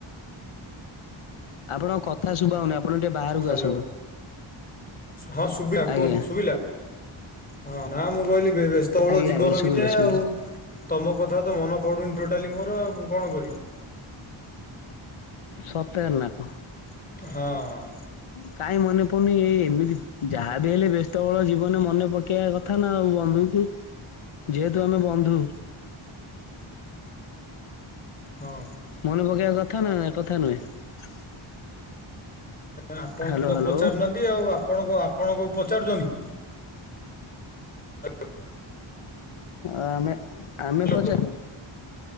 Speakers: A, on the left; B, on the left.
A: ଆପଣଙ୍କ କଥା ଶୁଭଉନି ଆପଣ ଟିକେ ବାହାରକୁ
B: ହ୍ୟାଲୋ
A: ଆସନ୍ତୁ
B: ହଁ ଶୁଭିଲା କୁହନ୍ତୁ
A: ଆଜ୍ଞା
B: ଶୁଭିଲା ହଁ ନା ମୁଁ କହିଲି ବ୍ୟସ୍ତ ବଳ
A: ଆଜ୍ଞା
B: ଜୀବନ
A: ଆଜ୍ଞା ଶୁଭିଲା
B: ଭିତରେ
A: ଶୁଭିଲା
B: ଆଉ ତମ କଥା ତ ମନେ ପଡୁନି ଟୋଟାଲି ମୋର ଆଉ ମୁଁ କଣ କରିବି
A: ସତେରନାକୁ
B: ହଁ
A: କଁ ମନ ୁନି ଏଇ ଏମିତି ଯାହାବି ହେଲେ ବ୍ୟସ୍ତ ବଳ ଜୀବନ ମନେ ପକେଇବା କଥା ନା ଆଉ ବନ୍ଧୁଙ୍କୁ ଯେହେତୁ ଆମେ ବନ୍ଧୁ
B: ହଁ
A: ମନେ ପକେଇବା କଥା ନା କଥା ନୁହେଁ
B: ଆପଣ
A: ହ୍ୟାଲୋ
B: ତ
A: ହ୍ୟାଲୋ
B: ପଚାରୁନାହାନ୍ତି ଆଉ ଆପଣ ଆପଣଙ୍କୁ ପଚାରୁଛନ୍ତି ହ
A: ଆମେ ଆମେ
B: ହ୍ୟାଲୋ
A: ପଞ୍ଚା